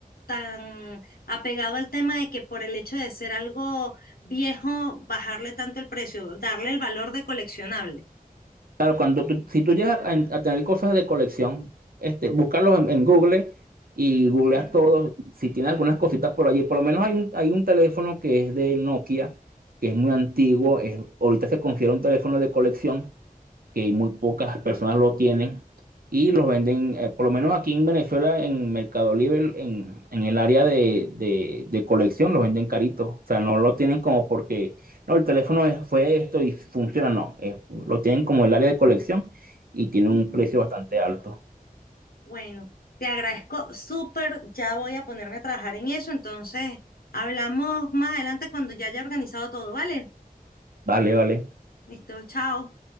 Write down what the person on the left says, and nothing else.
tan apegado al tema de que por el hecho de ser algo viejo, bajarle tanto el precio, darle el valor de coleccionable.
Ok.
Mm,
Bueno, te agradezco súper, ya voy a ponerme a trabajar en eso, entonces hablamos más adelante cuando ya haya organizado todo, ¿vale?
Listo, chao.